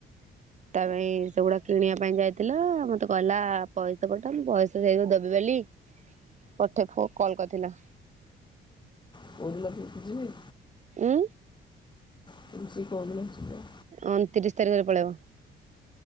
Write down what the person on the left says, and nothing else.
<unintelligible> ଯିବି।
<inaudible>